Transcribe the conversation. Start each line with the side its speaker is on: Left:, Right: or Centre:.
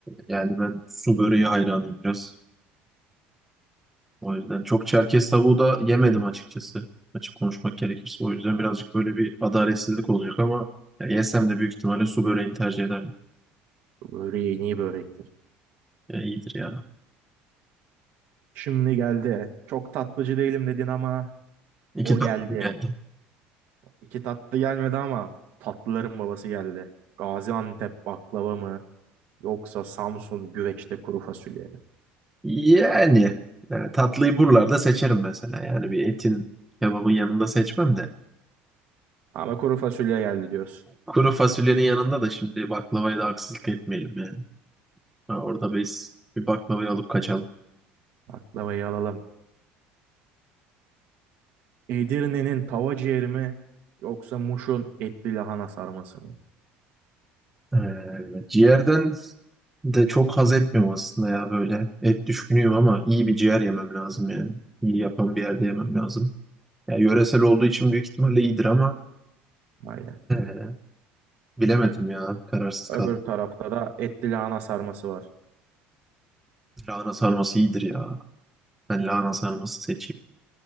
Centre: yani ben su böreği hayranıyım biraz. O yüzden çok Çerkez tavuğu da yemedim açıkçası. Açık konuşmak gerekirse. O yüzden birazcık böyle bir adaletsizlik olacak ama ya yesem de büyük ihtimalle su böreğini tercih ederim.
Right: Su böreği en iyi börektir.
Centre: Ya iyidir ya.
Right: Şimdi geldi. Çok tatlıcı değilim dedin ama
Centre: İki
Right: o
Centre: tatlı
Right: geldi.
Centre: geldi.
Right: İki tatlı gelmedi ama tatlıların babası geldi. Gaziantep baklava mı yoksa Samsun güveçte kuru fasulye mi?
Centre: Yani, yani tatlıyı buralarda seçerim mesela. Yani bir etin kebabın yanında seçmem de.
Right: Ama kuru fasulye geldi diyorsun.
Centre: Kuru fasulyenin yanında da şimdi baklavaya da haksızlık etmeyelim yani. Ha, orada biz bir baklavayı alıp kaçalım.
Right: Baklavayı alalım. Edirne'nin tava ciğeri mi yoksa Muş'un etli lahana sarması mı?
Centre: Ee, evet. ciğerden de çok haz etmiyorum aslında ya böyle. Et düşkünüyüm ama iyi bir ciğer yemem lazım yani. İyi yapan bir yerde yemem lazım. Ya, yöresel olduğu için büyük ihtimalle iyidir ama
Right: Aynen.
Centre: ee, bilemedim ya. Kararsız kaldım.
Right: Öbür tarafta da etli lahana sarması var.
Centre: Lahana sarması iyidir ya. Ben lahana sarması seçeyim.